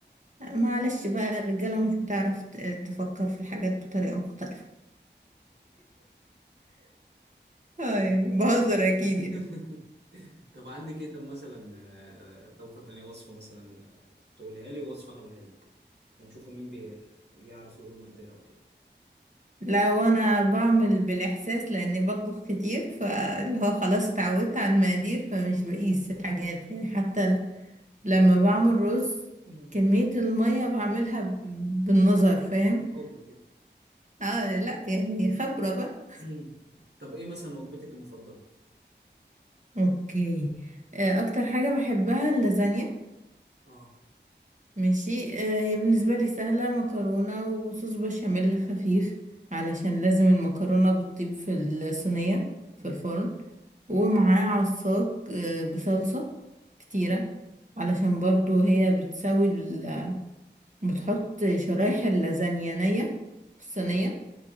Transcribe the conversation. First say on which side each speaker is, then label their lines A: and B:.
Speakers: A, on the right; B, on the right.
A: معلش بقى الرجالة مش بتعرف ت- تفكر في الحاجات بطريقة مختلفة اه
B: طب
A: يعني بهزر أكيد
B: <laughs>
A: يعني
B: طب عندك ايه طب مثلا آه، طبخة تانية وصفة مثلا آه، تقولها لي ووصفة انا اقولها لك ونشوفوا مين بيعرف يقول مقاديرها وكده
A: لو انا بعمل بالاحساس لاني بطبخ كتير فاللي هو خلاص اتعودت على المقادير فمش بقيس الحاجات يعني حتى ل- لما بعمل رز
B: مم.
A: كمية المية بعملها ب- بالنظر فاهم
B: حب كده
A: اه لا يعني خبرة بقى
B: مم. طب ايه مثلا وجبتك المفضلة
A: اوكي آه، اكتر حاجة بحبها اللازانيا
B: اه
A: ماشي آه، هي بالنسبة لي سهلة مكرونة وصوص بشاميل خفيف علشان لازم المكرونة بتطيب في الصينية في
B: مم.
A: الفرن ومعاه عصاك آه، بصلصة كتيرة
B: مم.
A: علشان برضو هي بتسوي ال- بتحط شرايح اللازانيا نية في الصينية
B: اه